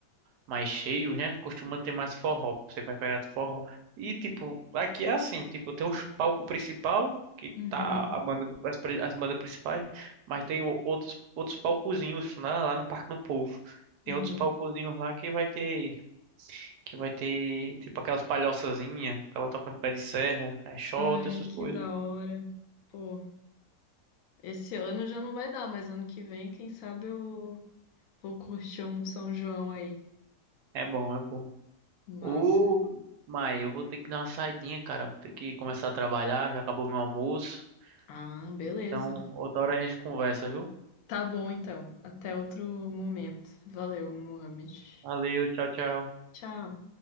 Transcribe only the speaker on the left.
Uhum,
uhum.
Ai,
que
da hora. Pô. Esse ano já não vai dar, mas ano que vem, quem sabe eu vou curtir um São João aí.
Massa.
Ah, beleza.
Tá bom então. Até outro momento. Valeu, Mohamed.
Tchau.